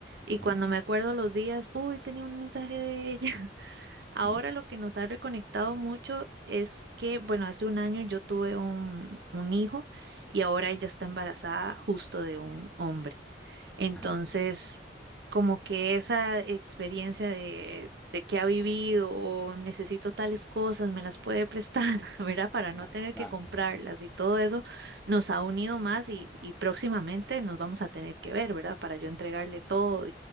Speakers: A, on the right (about 60°); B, in the centre.
A: Y
B: ujú,
A: cuando me acuerdo los días, uy, tenía un mensaje de ella. Ahora
B: ujú.
A: lo que nos ha reconectado mucho es que, bueno, hace un año yo tuve un, un hijo y ahora ella está embarazada justo de un hombre. Entonces,
B: Ajá,
A: como que esa experiencia de, de que ha vivido o necesito tales cosas, me las puede prestar, <laughs> ¿verdad? Para
B: claro,
A: no tener
B: claro,
A: que comprarlas
B: ujú,
A: y todo eso nos ha unido más y, y próximamente nos vamos a tener que ver, ¿verdad? Para yo entregarle todo